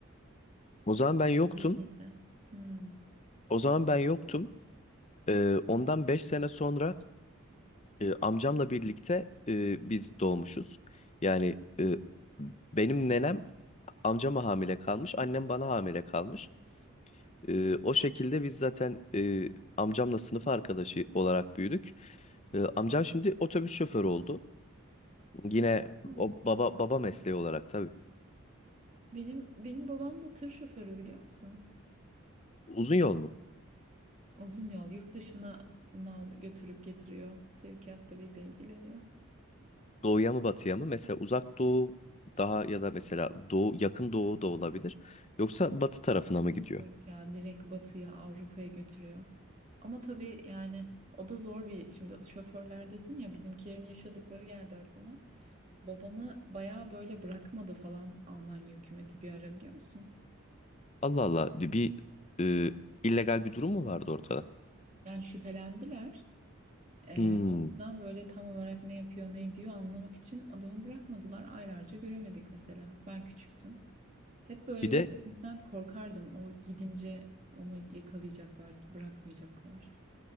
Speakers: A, on the left; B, on the right.
A: O zaman ben yoktum.
B: Girdiğinde. Hmm.
A: O zaman ben yoktum. Ee, ondan 5 sene sonra e, amcamla birlikte e, biz doğmuşuz. Yani e, benim nenem amcama hamile kalmış, annem bana hamile kalmış. Ee, o şekilde biz zaten e, amcamla sınıf arkadaşı olarak büyüdük. Ee, amcam şimdi otobüs şoförü oldu. Yine
B: Hı.
A: o baba baba mesleği olarak tabii.
B: Benim benim babam da tır şoförü biliyor musun?
A: Uzun yol mu?
B: Uzun yol yurt dışına mal götürüp getiriyor. Sevkiyatlarıyla ilgileniyor.
A: Doğuya mı batıya mı? Mesela uzak doğu daha ya da mesela doğu yakın doğu da olabilir. Yoksa batı tarafına mı gidiyor?
B: Yok ya direkt batıya Avrupa'ya götürüyor. Ama tabii yani o da zor bir şimdi şoförler dedin ya bizimkilerin yaşadıkları geldi aklıma. Babamı bayağı böyle bırakmadı falan Almanya hükümeti bir ara biliyor musun?
A: Allah Allah bir e, illegal bir durum mu vardı ortada?
B: Yani şüphelendiler. Ee,
A: Hmm.
B: o yüzden böyle tam olarak ne yapıyor ne ediyor anlamak için adamı bırakmadılar. Aylarca göremedik mesela. Ben küçüktüm. Hep böyle
A: Bir de
B: bir o yüzden korkardım. O gidince onu yakalayacaklar, bırakmayacaklar.